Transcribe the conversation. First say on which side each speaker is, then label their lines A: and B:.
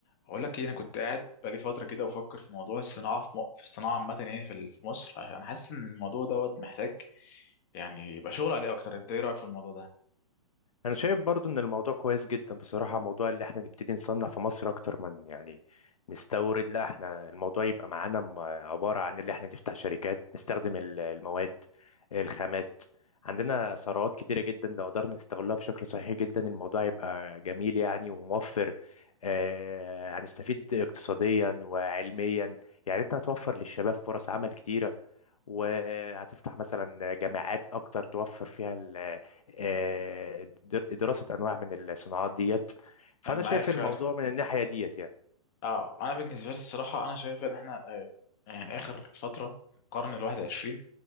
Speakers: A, on the left; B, on the left.
A: هقول لك ايه انا كنت قاعد بقالي فتره كده بفكر في موضوع الصناعه في, م... في الصناعه عامه يعني في, ال- في مصر انا حاسس ان الموضوع دوت محتاج يعني يبقى شغل عليه اكتر انت ايه رايك في الموضوع ده
B: انا شايف برضو ان الموضوع كويس جدا بصراحة موضوع اللي احنا نبتدي نصنع في مصر اكتر من يعني نستورد لا احنا الموضوع يبقى معانا م- عبارة عن اللي احنا نفتح شركات نستخدم ال- المواد الخامات عندنا ثروات كتيرة جدا لو قدرنا نستغلها بشكل صحيح جدا الموضوع يبقى جميل يعني وموفر آه، هنستفيد اقتصاديا وعلميا يعني انت هتوفر للشباب فرص عمل كتيرة وهتفتح مثلا جامعات اكتر توفر فيها ال- آه، در- دراسة انواع من الصناعات ديت فانا
A: انا معاك
B: شايف
A: فعلا
B: الموضوع من الناحية ديت يعني
A: اه انا بالنسبه لي الصراحه انا شايف ان احنا آه، يعني اخر فتره القرن الواحد وعشرين